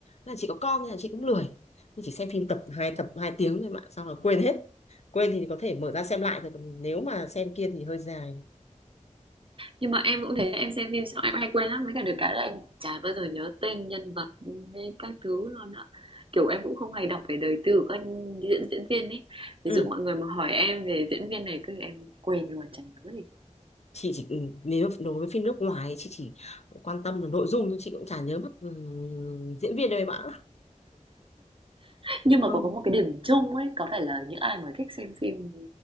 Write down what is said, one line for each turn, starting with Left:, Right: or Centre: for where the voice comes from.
Left: Nên là chị có con nên là chị cũng lười nhưng chỉ xem phim tập hai tập hai tiếng thôi mà xong là quên hết quên thì có thể mở ra xem lại thôi còn nếu mà xem kia thì hơi dài
Right: Nhưng mà em cũng thế, em xem phim xong em hay quên lắm, với cả được cái là em chả bao giờ nhớ tên nhân vật hay các thứ luôn á. Kiểu, em cũng không hay đọc về đời tư của các diễn diễn viên ấy, ví
Left: ừ
Right: dụ mọi người mà hỏi em về diễn viên này, cứ em quên luôn, chẳng nhớ gì
Left: chị chỉ ừ, nếu đối với phim nước ngoài chị chỉ quan tâm là nội dung thôi chị cũng chả nhớ mất ừ, diễn viên đâu em ạ
Right: Nhưng mà
Left: không
Right: có có một cái điểm chung ấy, có phải là những ai mà thích xem phim